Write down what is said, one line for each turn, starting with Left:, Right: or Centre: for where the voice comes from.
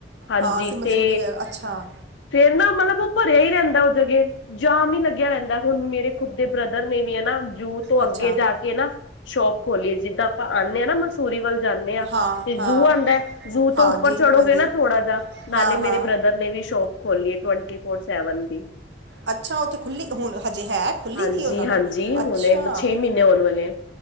Left: ਹਾਂਜੀ
Right: ਹਾਂ ਅਸੀਂ ਮੰਨਸੂਰੀ
Left: ਤੇ
Right: ਗਏ ਅੱਛਾ।
Left: ਫੇਰ ਨਾ ਮਲਬ ਉਹ ਭਰਿਆ ਹੀ ਰਹਿੰਦਾ ਉਹ ਜਗੇ, ਜਾਮ ਹੀ ਲੱਗੇ ਵ ਰਹਿੰਦੇ, ਹੁਨ ਮੇਰੇ ਖੁਦ ਦੇ ਬ੍ਰਦਰ ਨੇ ਵੀ ਏ ਨਾ ਜੂ ਤੋਂ
Right: ਅੱਛਾ
Left: ਅੱਗੇ ਜਾ ਕੇ ਨਾ ਸ਼ੋਪ ਖੋਲੀ ਏ, ਜਿੱਦਾਂ ਆਪਾਂ ਆਨੇ ਆ ਨਾ ਮਸੂਰੀ ਵੱਲ ਜਾਨੇ ਆ
Right: ਹਾਂ
Left: ਤੇ
Right: ਹਾਂ
Left: ਜ਼ੂ ਆਦੇ, ਜ਼ੂ
Right: ਹਾਂਜੀ
Left: ਤੋਂ ਉੱਪਰ ਚੜੋਗੇ
Right: ਹਾਂਜੀ
Left: ਨਾ ਥੋੜਾ ਜਾ ਨਾਲੇ
Right: ਹਾਂ
Left: ਮੇਰੇ
Right: ਹਾਂ
Left: ਬ੍ਰਦਰ ਨੇ ਵੀ ਸ਼ੋਪ ਖੋਲੀ ਏ ਟੁਵੰਟੀ ਫੋਰ ਸੈਵਨ ਦੀ
Right: ਅੱਛਾ, ਉੱਥੇ ਖੁੱਲ੍ਹੀ ਹੁਣ ਹਜੇ ਹੈ ਖੁੱਲ੍ਹੀ
Left: ਹਾਂਜੀ
Right: ਦੀ ਉਹਨਾਂ
Left: ਹਾਂਜੀ
Right: ਨੇ?
Left: ਹੁਣੇ
Right: ਅੱਛਾ!
Left: ਛੇ ਮਹੀਨੇ ਹੋਣ ਵਾਲੇ ਹੈ।